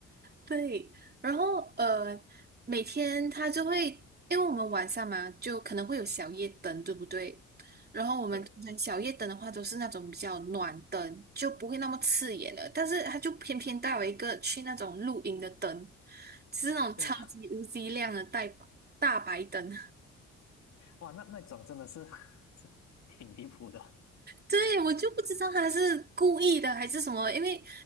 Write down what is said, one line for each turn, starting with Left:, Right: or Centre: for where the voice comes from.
Right: 对，然后呃，每天他就会，因为我们晚上嘛，就可能会有小夜灯，对不对？然后我们通常小夜灯的话，
Left: 对，
Right: 都是那种比较暖灯，就不会那么刺眼的。但是他就偏偏带了一个去那种露营的灯，就是那种超级无敌亮的大白大白灯。
Left: 哇哇，那那种真的是 <laughs> 真是挺离谱的，
Right: 对，我就不知道他是故意的还是什么，因为